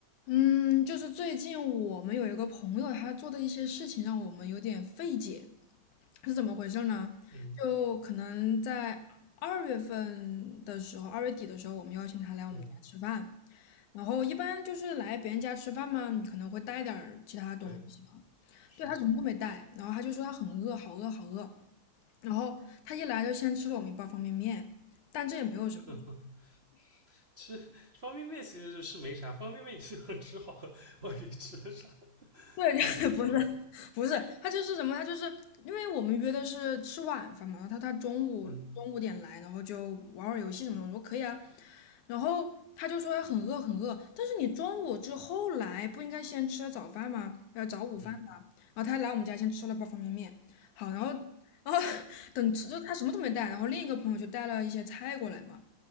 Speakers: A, on the left (about 60°); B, on the right (about 70°).
A: 嗯，就是最近我们有一个朋友，他做的一些事情让我们有点费解，是怎么回事呢？
B: 嗯
A: 就可能在二月份的时候，二月底的时候，我们邀请他来我们家吃饭，
B: 嗯，
A: 然后一般就是来别人家吃饭嘛，你可能会带点儿其他东西嘛。
B: 对，是的，
A: 对，他什么都没带，然后他就说他很饿，好饿，好饿。然后他一来就先吃了我们一包方便面，但这也没有什么，
B: <laughs> 吃方便面其实是没啥，方便面你就能吃好了，我以吃了啥？<laughs>
A: 对，
B: 你这一说，
A: 就 <laughs> 不是不是，他就是什么，他就是因为我们约的是吃晚饭嘛，然后他他中午中午点来，
B: 嗯
A: 然后就玩会儿游戏什么的，我说可以啊，然后他就说他很饿很饿，但是你中午之后来不应该先吃早饭吗？要早午饭的，
B: 嗯
A: 然后他来我们家先吃了包方便面，好，然后然后 <laughs> 等吃就他什么都没带，然后另一个朋友就带了一些菜过来嘛，